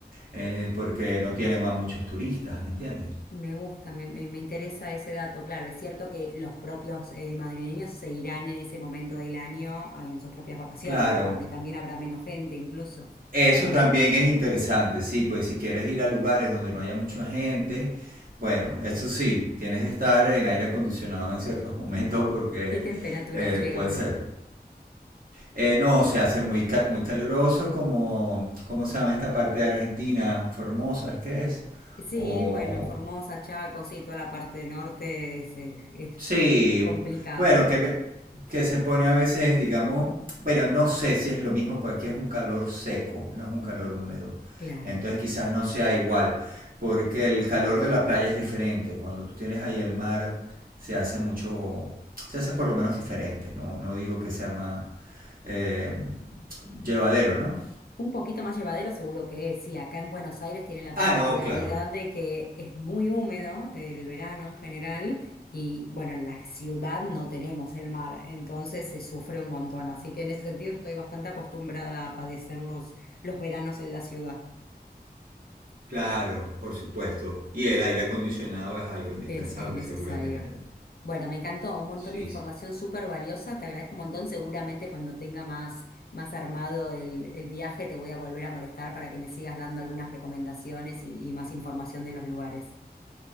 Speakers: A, on the right; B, on the left.
A: eh, porque no tienen a muchos turistas, ¿me entiendes?
B: Me gusta, me, me- me interesa ese dato. Claro, es cierto que los propios eh, madrileños se irán en ese momento del año a- en sus propias vacaciones,
A: Claro,
B: como que también habrá menos gente incluso.
A: Eso también es interesante, sí, pues si quieres ir a lugares donde no haya mucha gente, bueno, eso sí, tienes que estar en aire acondicionado en ciertos <laughs> momentos porque
B: ¿Qué temperatura
A: eh,
B: llega
A: puede
B: a ver?
A: ser. Eh, no, se hace muy, ca- muy caluroso como, ¿cómo se llama esta parte de Argentina? Formosa, ¿es que es?
B: Sí,
A: O,
B: bueno, en Formosa, Chaco, sí, toda la parte norte es, eh, es
A: Sí,
B: complicado.
A: bueno, que, ve- que se pone a veces, digamos, pero no sé si es lo mismo, porque aquí es un calor seco, no es un calor húmedo.
B: Claro.
A: Entonces quizás no sea igual, porque el calor de la playa es diferente. Cuando tú tienes ahí el mar, se hace mucho, se hace por lo menos diferente, ¿no? No digo que sea más eh, llevadero, ¿no?
B: Un poquito más llevadero seguro que es, sí, acá en Buenos Aires tiene la
A: Ah,
B: particularidad
A: no, claro,
B: de que es muy húmedo el verano en general y bueno, en la ciudad no tenemos el mar, entonces se sufre un montón, así que en ese sentido estoy bastante acostumbrada a padecer los, los veranos en la ciudad.
A: claro, por supuesto. Y el aire acondicionado es algo indispensable,
B: Es, es necesario.
A: seguramente, ¿no?
B: Bueno, me encantó, un montón
A: Sí,
B: de información súper valiosa, te agradezco un montón, seguramente cuando tenga más, más armado el, el viaje te voy a volver a molestar para que me sigas dando algunas recomendaciones y, y más información de los lugares.